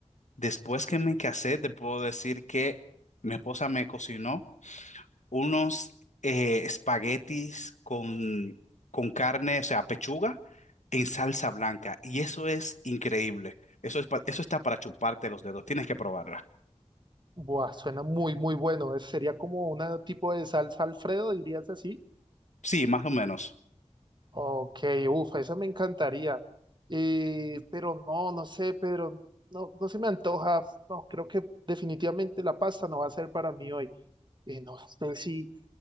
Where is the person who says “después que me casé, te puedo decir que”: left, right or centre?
Left